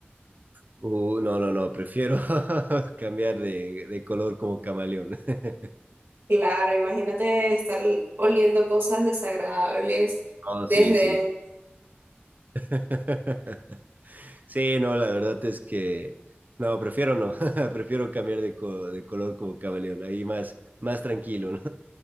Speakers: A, on the right (about 45°); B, on the right (about 80°).
A: Uh, no, no, no, prefiero <laughs> cambiar de, de color como camaleón. <laughs>
B: Claro, imagínate estar oliendo cosas desagradables
A: No,
B: desde...
A: sí, sí. <laughs> Sí, no, la verdad es que no, prefiero no, <laughs> prefiero cambiar de, co- de color como camaleón, ahí más, más tranquilo, ¿no?